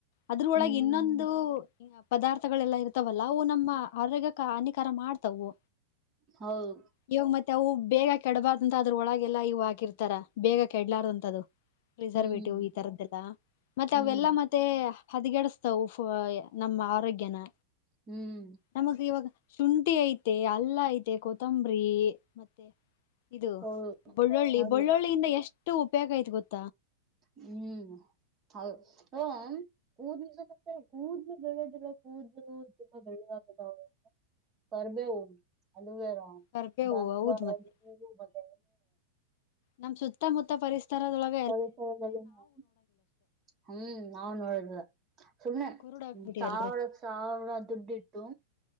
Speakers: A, on the left (about 55°); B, on the right (about 25°).
A: ಅದ್ರೊಳಗ
B: ಹ್ಮ್
A: ಇನ್ನೊಂದ್ ಪದಾರ್ಥಗಳೆಲ್ಲಾ ಇರ್ತವಲ್ಲಾ ಅವು ನಮ್ಮ ಆರೋಗ್ಯಕ ಹಾನಿಕಾರ ಮಾಡ್ತಾವು.
B: ಹೌದು
A: ಇವಾಗ ಮತ್ತೆ ಅವು ಬೇಗ ಕೆಡಬಾರದ ಅಂತ ಅದ್ರ ಒಳಗೆಲ್ಲಾ ಇವ್ ಹಾಕಿರ್ತಾರ ಬೇಗ ಕೆಡ್ರಾಲ್ದಂತ ಅದು. ರಿಸರ್ವೇಟಿವ್
B: ಹ್ಮ್
A: ಈ ತರದ್ದೆಲ್ಲಾ ಮತ್ತೆ
B: ಹ್ಮ್
A: ಅವೆಲ್ಲಾ ಮತ್ತೆ ಹದಗೆಡಸ್ತಾವು ನಮ್ಮ ಆರೋಗ್ಯನಾ
B: ಹುಂ
A: ನಮಗ ಇವಾಗ ಶುಂಠಿ ಐತೆ ಅಲ್ಲಾ ಐತೆ ಕೊತ್ತಂಬರಿ ಮತ್ತೆ ಇದು
B: ಹೌದು
A: ಬೆಳ್ಳುಳ್ಳಿ
B: ಹಾಗೆ
A: ಬೆಳ್ಳುಳ್ಳಿಯಿಂದ ಎಷ್ಟು ಉಪಯೋಗ ಐಯ್ತ ಗೊತ್ತಾ
B: ಹುಂ ಹೌದು ಹ ನಿ ಮ ಕೂದಲು ಬೆಳ್ಳದಲ್ಲಾ ಕೂದಲು ತುಂಬಾ ಬೆಳ್ಳಗಾಗೋದು ಕರಬೇವು ಅಲೋವೇರಾ
A: ಕರ್ಬೇವು
B: ದಾಸವಾಳ
A: ಹೌದ್ ಮತ್ತೆ
B: ಹೂವು ಮತ್ತೆ
A: ನಮ್ ಸುತ್ತಮುತ್ತ ಪರಿಸತರದೊಳಗ
B: ಸ್ವಲ್ಪ <unintelligible> ಹುಂ ನಾವ್ ನೋಡಿದಿವಲಾ ಸುಮ್ಮನೆ
A: ಕುರುಡ್ ಆಗ್ಬಿಟ್ಟಿ
B: ಸಾವಿರಕ್ಕ
A: ಅಲ್ರಿ
B: ಸಾವಿರಾ ದುಡ್ಡ ಇಟ್ಟು